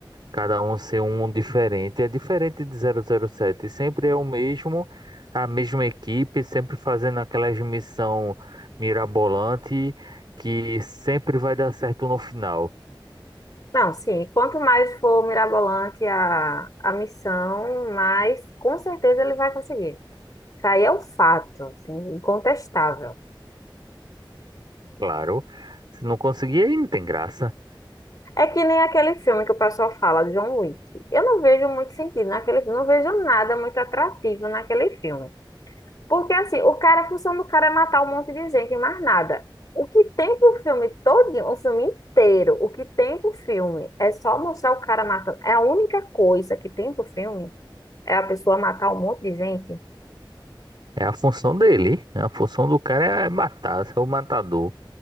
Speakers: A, on the right; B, on the left.
A: Cada um ser um diferente. É diferente de 007. Sempre é o mesmo, a mesma equipe, sempre fazendo aquelas missão mirabolante que sempre vai dar certo no final.
B: Não, sim, quanto mais for mirabolante a, a missão, mais com certeza ele vai conseguir. Isso aí é um fato, assim, incontestável.
A: Claro. Se não conseguir, aí não tem graça.
B: É que nem aquele filme que o pessoal fala, John Wick. Eu não vejo muito sentido naquele filme, não vejo nada muito atrativo naquele filme. Porque assim, o cara, a função do cara é matar um monte de gente, e mais nada. O que tem pro filme todinho, o filme inteiro, o que tem pro filme é só mostrar o cara matando. É a única coisa que tem pro filme é a pessoa matar um monte de gente.
A: É a função dele. é A função do cara é matar, ser o matador.